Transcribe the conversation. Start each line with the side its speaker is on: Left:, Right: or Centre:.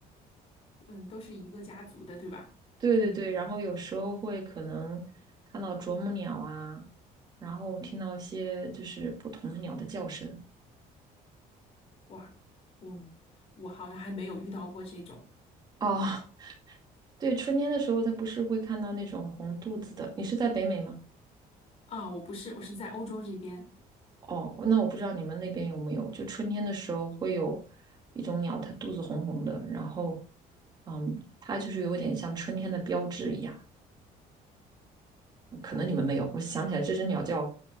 Left: <laughs> 嗯，都是一个家族的，对吧？
Right: 对对对，
Left: 嗯，
Right: 然后有时候会可能看到啄木鸟啊，然后听到一些就是不同的鸟的叫声。
Left: 哇，我我好像还没有遇到过这种
Right: 哦，<laughs> 对，春天的时候它不是会看到那种红肚子的。你是在北美吗？
Left: 啊，我不是，我是在欧洲这边。
Right: 哦，那我不知道你们那边有没有，就春天的时候会有一种鸟，它肚子红红的，然后，嗯，它就是有点像春天的标志一样。可能你们没有，我想起来这只鸟叫